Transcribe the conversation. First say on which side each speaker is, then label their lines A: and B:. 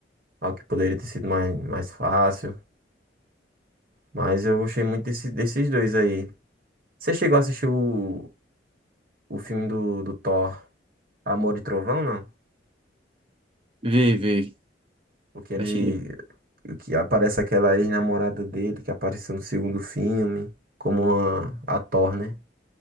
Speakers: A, on the right; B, on the right.
A: Algo que poderia ter sido mais, mais fácil. Mas eu gostei muito desse, desses dois aí. Você chegou a assistir o, o filme do, do Thor, Amor e Trovão, não?
B: Vê, vê.
A: Porque ele.
B: Eu achei
A: Que aparece aquela ex-namorada dele que apareceu no segundo filme, como a, a Thor, né?